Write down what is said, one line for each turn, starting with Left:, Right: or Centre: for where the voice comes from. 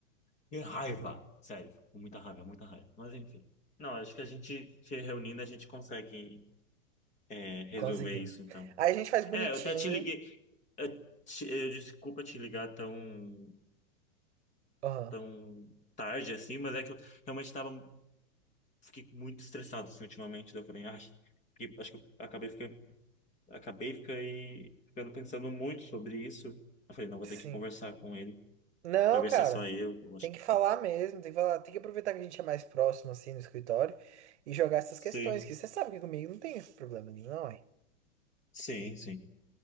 Left: Que raiva! Sério, fico com muita raiva, muita raiva. Mas enfim. Não, acho que a gente se reunindo, a gente consegue é, resolver
Right: Conseguimos.
Left: isso, então.
Right: Aí a gente faz bonitinho.
Left: É, eu até te liguei. Eu, te- eu- desculpa te ligar tão
Right: Aham,
Left: tão tarde assim, mas é que eu realmente tava, fiquei muito estressado assim ultimamente, daí eu falei, ai, que- acho que eu acabei ficando, acabei fiquei, ficando pensando muito sobre isso. Eu falei, não, vou
Right: sim.
Left: ter que conversar com ele
Right: Não,
Left: pra ver
Right: cara.
Left: se é só eu, eu acho
Right: Tem
Left: que
Right: que falar mesmo, tem que falar, tem que aproveitar que a gente é mais próximo assim no escritório e jogar essas
Left: Sim,
Right: questões, que você sabe que comigo não tem esse problema nenhum, não é?
Left: sim, sim.